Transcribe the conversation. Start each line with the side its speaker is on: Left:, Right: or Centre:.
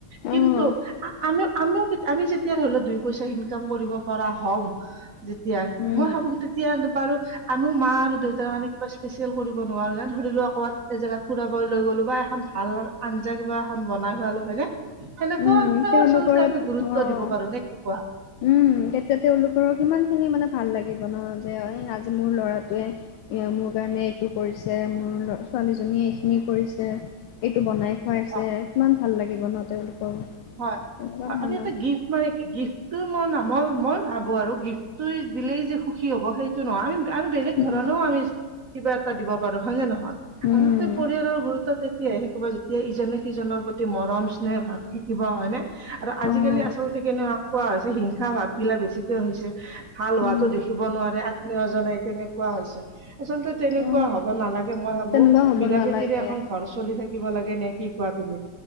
Left: উম।
Right: কিন্তু, আমি-আমিও, আমি যেতিয়া, ধৰি লোৱা দুই-পইচা ইনকাম কৰিব পৰা হ'ম,
Left: <inaudible>
Right: যেতিয়াই,
Left: অ'
Right: মই ভাবোঁ! তেতিয়া বাৰু আমিও মা আৰু দেউতাৰ মানে, কিবা স্পেচিয়েল কৰিব নোৱাৰোঁ নে! ধৰি লওঁক, ক'ৰবাত এজেগাত ফুৰাব লৈ গ'লো বা এখন ভাল আঞ্জা কিবা, এখন বনাই খোৱালোঁ। হয়নে? সেনেকুৱাও
Left: উম তেওঁলোকৰ
Right: <unintelligible> আচলতে, আমি গুৰুত্ব
Left: অ'
Right: দিব পাৰোঁ। নে কি কোৱা?
Left: উম! তেতিয়া, তেওঁলোকৰ কিমান খিনি মানে, ভাল লাগিব ন'! যে, এই আজি মোৰ ল'ৰাটোৱে এইয়া, মোৰ কাৰণে এইটো কৰিছে, মোৰ <unintelligible> ছোৱালীজনীয়ে এইখিনি কৰিছে, এইটো বনাই খোৱাইছে,
Right: অ
Left: কিমান ভাল লাগিব ন'! তেওঁলোকৰো।
Right: হয়,
Left: তেনেকুৱা ধৰণৰ।
Right: আমি এটা গিফ্ট মানে গিফ্টটো মই নামল মই ভাবো আৰু গিফ্টটো দিলেই যে সুখী হ'ব সেই টো নহয় আমি বেলেগ
Left: উম
Right: ধৰণেও আমি কিবা এটা দিব পাৰো হয় নে নহয়।
Left: উম
Right: আচলতে পৰিয়ালৰ গুৰুত্ব তেতিয়াই শিকিব যেতিয়া ইজনে সিজনৰ প্ৰতি মৰম স্নেহ ভাৱ থাকিব হয় নে। আৰু আজিকালি
Left: অ'
Right: আচলতে কেনেকুৱা কোৱা হৈছে হিংসা ভাৱ গিলা বেছিকে হৈছে। ভাল হোৱাতো
Left: উম
Right: দেখিব নোৱাৰে আত্মীয়জনে তেনেকুৱা হৈছে আচলতে তেনে
Left: অ'
Right: কুৱা হব নালাগে মই ভাবো
Left: তেনেকুৱা হ'ব
Right: মিলাপ্ৰীতিৰে
Left: নালাগে।
Right: এখন ঘৰ চলি থাকিব লাগে নে কি কোৱা তুমি?